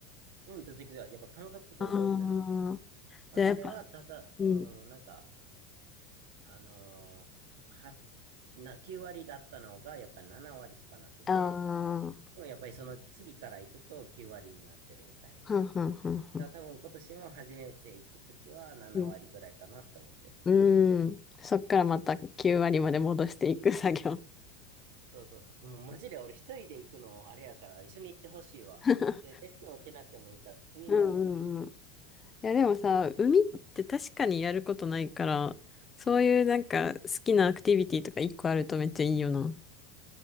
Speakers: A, on the right (about 70°); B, on the left (about 15°).
A: うん、と時は、やっぱ感覚で覚えるんだなって思う。
B: ああー、
A: まあ、
B: じゃあやっぱ、
A: それは、ただ、
B: うん。
A: うん、なんか、あのーは、な、9割だったのが、やっぱり7割とかなってて、
B: ああ、
A: でもやっぱりその次から行くと9割になってるみたいな。だか
B: はんはんはんはん。
A: ら多分今年も初めて行くときは7割ぐらいかなと思ってる。
B: うん。うーん。そっからまた9割まで戻していく作業。
A: そうそうそう。でもマジで俺一人で行くのあれやから、一緒に行ってほしいわ。
B: <laughs>
A: で、レッスンを受けなくてもいいから、海辺に行ってほし
B: うんうんうん。いや、でもさ、海って確かにやることないから、そういうなんか好きなアクティビティとか一個あるとめっちゃいいよな。